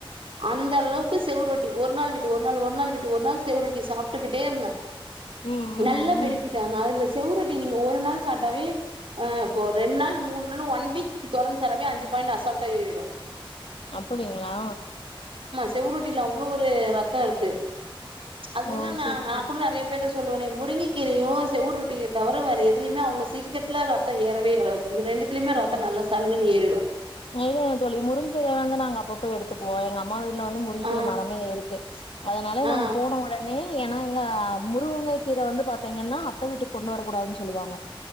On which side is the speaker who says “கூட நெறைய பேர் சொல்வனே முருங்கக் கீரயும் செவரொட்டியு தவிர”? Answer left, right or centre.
Right